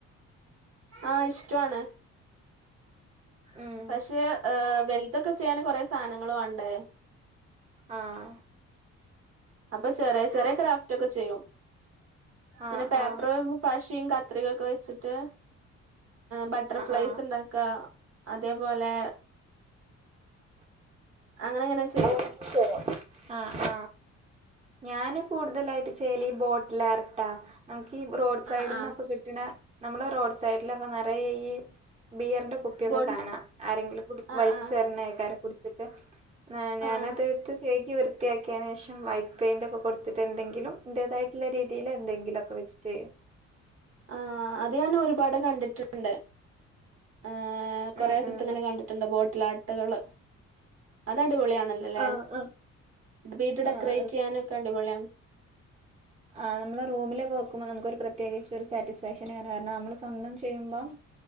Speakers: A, on the right (about 50°); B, on the right (about 20°).
A: ആഹ ഇഷ്ടാണ്
B: ഉം
A: പക്ഷേ ഏ വലുതൊക്കെ ചെയ്യാന് കൊറെേ സാധനങ്ങള് വാണ്ടേ
B: ആഹ്
A: അപ്പൊ ചെറിയ ചെറിയ ക്രാഫ്റ്റ് ഒക്കെ ചെയ്യും അങ്ങനെ
B: ആ
A: പേപ്പർ
B: ആ ആ
A: പശ യും കത്രികക്കെ വെച്ചിട്ട് ബട്ടർഫ്ലൈസ്
B: ആ ആ
A: ഉണ്ടാക്കുക അതേപോലെ അങ്ങനെ അങ്ങനെ ചെയ്യും
B: ആഹ ആഹ ഞാന് കൂടുതലായിട്ട് ചെയ്യല് ഈ ബോട്ടിൽ ആർട്ട റോഡ് സൈഡിൽ
A: ആ ആ
B: നിന്നൊക്കെ കിട്ടണ നമ്മള റോഡ് സൈഡിലൊക്കെ നിറയ ഈ ബിയറിന്റെ കുപ്പിയൊക്കെ
A: ബോൺ
B: കാണാം ആരെങ്കിലും കുടി
A: ആ
B: വലിച്ചെ
A: ആ
B: റിഞ്ഞ കുടിച്ചിട്ട്
A: ആ
B: ഞാനത്
A: ആ
B: എടുത്ത് കയി വൃത്തിയാക്കിയതിന് ശേഷം വൈറ്റ് പെയിന്റ് ഒക്കെ കൊടുത്തിട്ട് എന്തെങ്കിലും ഇന്റേതായിട്ടുള്ള രീതിയിൽ എന്തെങ്കിലും ഒക്കെ വെച്ച് ചെയ്യും.
A: ആ അത് ഞാൻ ഒരുപാട് കണ്ടിട്ടുണ്ട്. ആ കുറെ
B: ഉം
A: സ്ഥലത്ത്
B: ഉം
A: ഇങ്ങനെ കണ്ടിട്ടുണ്ട് ബോട്ടിലാട്ടുകള് അത് അടിപൊളിയ. അന്നോലല്ലേ
B: ആഹ് ആഹ്
A: വീട് ഡെക്കറേറ്റ്
B: ആഹ്
A: ചെയ്യാനൊക്കെ അടിപൊളിയാണ്.
B: ആ നമ്മള് റൂമിലൊക്കെ വെക്കുമ്പോൾ നമുക്ക് ഒരു പ്രത്യേകിച്ച ഒരു സാറ്റിസ്ഫാക്ഷൻ ആണ് കാരണം നമ്മള് സ്വന്തം ചെയ്യുമ്പം